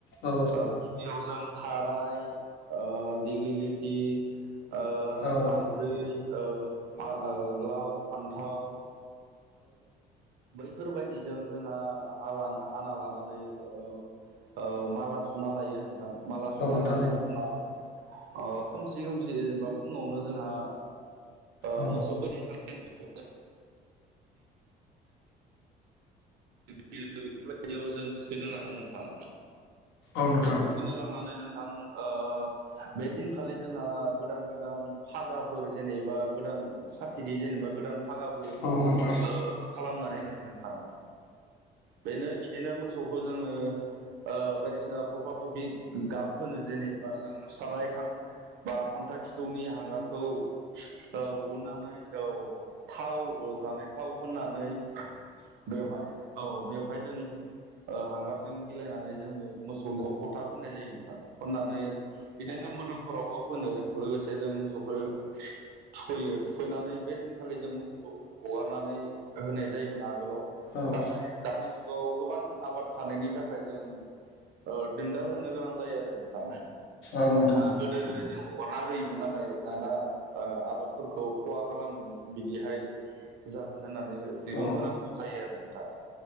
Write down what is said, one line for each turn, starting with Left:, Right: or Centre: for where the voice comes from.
Left: औ
Right: ओ गिबियाव जों थाराय ओ दिग्लिलिथि ओ
Left: औ नोंथां औ नोंथां औ नोंथां औ
Right: हालदै
Left: औ
Right: ओ ओ लाव फान्थाव बैफोरबायदिजों जोंहा हाना लानानै ओ ओ माला सुना लायो नोंथां माला सुना
Left: नोंथां
Right: लानायनि उनाव ओ खोमसि खोमसि जेनेबा फुङावनो जोंहा ओ
Left: औ
Right: मोसौ <unintelligible> <unintelligible> बिलो बेफोरबायदियाव जों थुखैनो लाङो नोंथां
Left: औ नोंथां
Right: बे थुखैनो लांनानै नोंथां ओ बे दिनखालि जोंहा गोदान गोदान फागाफोर जेनेबा गोदान साफिदि जेनेबा गोदान फागाबो
Left: औ नोंथां
Right: ओ खालामनानै लायो नोंथां बेनो बिदिनो मोसौखौ जोङो ओ बायदिसिना थफा थफि गाब होनो जेनेबा जों साराय बा खान्था खिथौनि हांगारखौ हहुननानै औ थाव जानाय थाव फोननानै बेवहाय औ बेवहाय जों ओ हांगारजों गिलायनानै जोङो मोसौनिाव फथा फोननाय जायो नोंथां फोननानै बिदिनो मोदोमफोरावबो फोनो लोगोसे जों मोसौखो थुखैयो थुखैनानै बे दिनखालि जों मोसौखौ हगारनानै होनाय जायोमोन आगोलाव
Left: औ
Right: नाथाय दानि जुगाव गोबां आबाद थानायनि थाखाय जों ओ दिन्दाल होनो गोनां जायो आरो नोंथा
Left: औ नोंथां
Right: आ गोदो गोदाय जों अरना होयोमोन नाथाय दाना ओ आबादफोरखौ खहा खालामगोन बिदिहाय जागोन होननानै दिरुं
Left: औ
Right: होनांगौ जायो आरो नोंथां